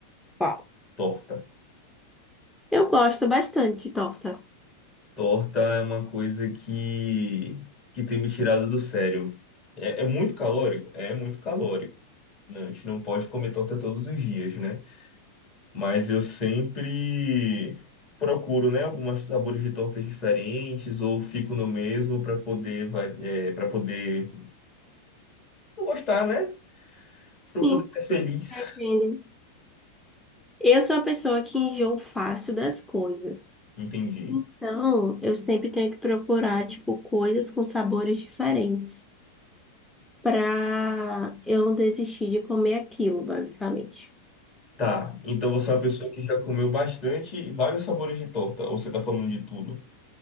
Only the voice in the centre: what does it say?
Qual?
Eu gosto bastante de torta.
Sim,
Entendo. eu sou a pessoa que enjoo fácil das coisas.
Então, eu sempre tenho que procurar, tipo, coisas com sabores diferentes pra eu não desistir de comer aquilo, basicamente.